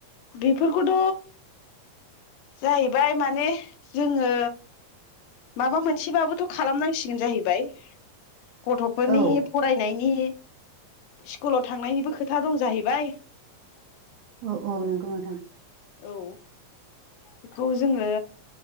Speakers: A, on the left; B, on the right.
A: बेफोरखौथ' जाहैबाय माने जोङो माबा मोनसेबाबोथ' खालामनांसिगोन जाहैबाय। गथ'फोरनि
B: औ
A: फरायनायनि स्कुलाव थांनायनिबो खोथा दं जाहैबाय।
B: औ औ नोंगौ नोंथां।
A: औ बेखौ जोङो